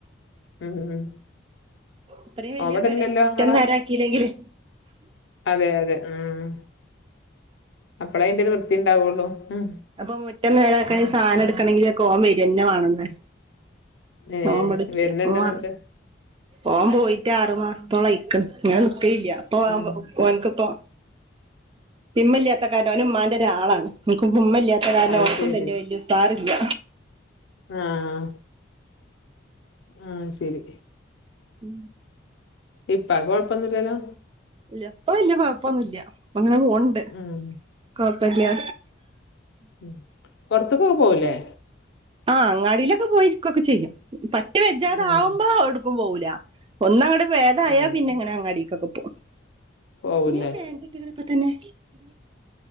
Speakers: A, on the left; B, on the right.
A: ഉം ഉം
B: ഇത്രീം വല്ല്യ
A: അവിടെല്ലല്ലോ
B: പെരായിറ്റ് മുറ്റം
A: ഇങ്ങളെ
B: നേരാക്കിലെങ്കില്
A: അതെ അതെ ഉം അപ്പളയിന്റെരു വൃത്തിണ്ടാവുള്ളൂ ഉം
B: അപ്പൊ മുറ്റം നേരാക്കാൻ സാനടുക്കണെങ്കിലൊക്കെ ഓം വരന്ന വാണെന്ന്
A: ഏഹ്
B: ഓം ഇവടല്യ
A: വരുന്നുണ്ട്
B: ഓം വ
A: എന്നിട്ട്
B: ഓം പോയിട്ട് ആറു മാസത്തോളയിക്ക്ണ് ഇങ്ങനെ നിക്കലില്ല ഇപ്പോ വാമ്പൊ
A: ഉം
B: ഓൻക്ക്പ്പോ ഇമ്മല്ല്യാത്ത കാര ഓന് ഇമ്മാൻ്റെ ഒരാളാണ് ഇൻകും ഉമ്മല്ല്യാത്ത കാരണം
A: അത്
B: ഒൻകും
A: ശരി
B: തന്നെ വല്ല്യ ഉസാറില്ല
A: ആഹ് ആഹ് ശരി
B: ഉം
A: ഇപ്പാക് ക്കൊഴപ്പൊന്നുല്ലല്ലോ
B: ഇല്ല ഇപ്പ വല്ല്യ കൊഴപ്പൊന്നുല്ല ഇപ്പങ്ങനെ പോന്ന്ണ്ട്
A: ഉം
B: കൊഴപ്പില്ല്യാ
A: ഉം പൊറത്ത്ക്കൊക്കെ പോവൂലേ
B: ആഹ് അങ്ങാടിലൊക്കെ പോയിരിക്കൊക്കെ ചെയ്യും പറ്റ വെജ്ജാതെ
A: ഉം
B: ആവുമ്പോ എടുക്കും പോവൂല ഒന്നങ്ങട്ട് പേതായാ
A: ആഹ്
B: പിന്നെങ്ങനെ അങ്ങാടീക്കൊക്കെ പോവും
A: പോവൂലേ
B: എന്തിനാ പാൻ്റ് ഇട്ട്‌ക്‌ണേ ഇപ്പ തന്നെ